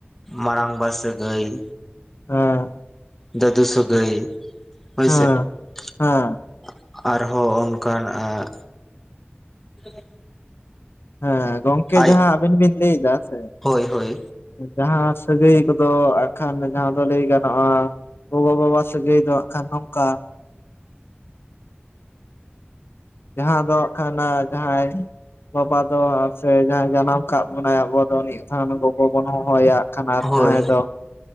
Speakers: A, in the centre; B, on the left (about 75°).
A: ᱢᱟᱨᱟᱝᱵᱟ ᱥᱟᱹᱜᱟᱹᱭ ᱾
B: ᱦᱮᱸ ᱾
A: ᱫᱟᱹᱫᱩ ᱥᱟᱹᱜᱟᱹᱭ ᱦᱳᱭ
B: ᱦᱮᱸ
A: ᱥᱮ
B: ᱦᱮᱸ
A: ᱾ ᱟᱨ ᱦᱚᱸ ᱚᱱᱠᱟᱱᱟᱜ <unintelligible>
B: ᱦᱮᱸ ᱜᱚᱝᱠᱮ
A: ᱟᱡ
B: ᱡᱟᱦᱟᱸ ᱟᱵᱤᱱ ᱵᱤᱱ ᱞᱟᱹᱭᱮᱫᱟ ᱥᱮ
A: ᱦᱳᱭ ᱦᱳᱭ
B: ᱡᱟᱦᱟᱸ ᱥᱟᱹᱜᱟᱹᱭ ᱠᱚᱫᱚ ᱟᱜ ᱠᱷᱟᱱ ᱡᱟᱦᱟᱸ ᱫᱚ ᱞᱟᱹᱭ ᱜᱟᱱᱚᱜᱼᱟ ᱜᱚᱜᱚ ᱵᱟᱵᱟ ᱥᱟᱹᱜᱟᱹᱭ ᱫᱚ ᱦᱟᱜ ᱠᱷᱟᱱ ᱱᱚᱝᱠᱟ ᱡᱟᱦᱟᱸ ᱫᱚ ᱦᱟᱸᱜ ᱠᱷᱟᱱ ᱡᱟᱦᱟᱸᱭ ᱵᱟᱵᱟ ᱫᱚ ᱥᱮ ᱡᱟᱦᱟᱸᱭ ᱡᱟᱱᱟᱢ ᱠᱟᱜ ᱵᱚᱱᱟᱭ ᱟᱵᱚ ᱾ ᱟᱫᱚ ᱢᱤᱫ ᱫᱷᱟᱣ ᱜᱚᱜᱚ ᱵᱚᱱ ᱦᱚᱦᱚ ᱟᱭᱟ ᱦᱟᱜ ᱠᱷᱟᱱ ᱟᱨ
A: ᱦᱳᱭ
B: ᱡᱟᱦᱟᱸᱭ ᱫᱚ